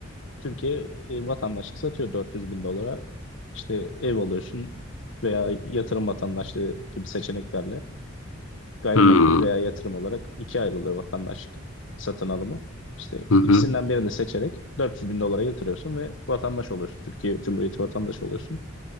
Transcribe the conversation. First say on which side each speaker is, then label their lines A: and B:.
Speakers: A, on the left; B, on the left.
A: Türkiye e, vatandaşlık satıyor 400 bin dolara. İşte ev alıyorsun veya yatırım vatandaşlığı gibi seçeneklerle. gayrimenkul
B: Hı hı.
A: veya yatırım olarak ikiye ayrılıyor vatandaşlık satın alımı. İşte
B: Hı hı.
A: ikisinden birini seçerek 400 bin dolara yatırıyorsun ve vatandaş oluyorsun. Türkiye Cumhuriyeti vatandaşı oluyorsun.